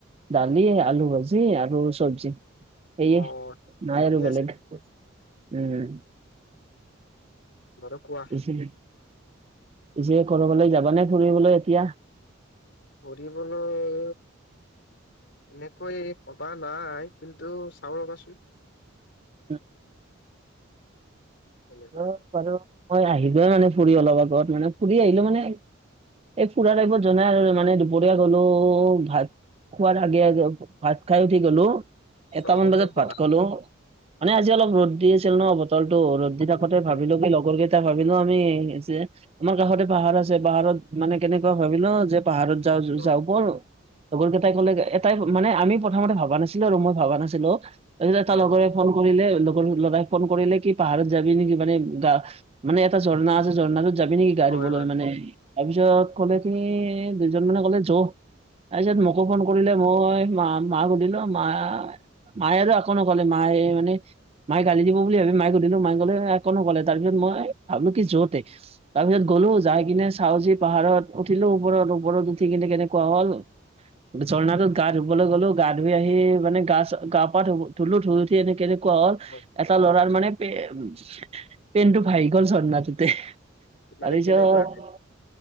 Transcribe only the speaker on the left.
অ', ঠিকে
আছে।
বাৰু কোৱা
পঢ়িবলৈ তেনেকৈ ভবা নাই, কিন্তু চাও ৰবাচোন।
তেনেকুৱা।
অ',
ক'ত গ'লা?
উম,
উম,
অ',
অ',
হয়,
হয়।
হয়,
মানে
কেনেকুৱাকে?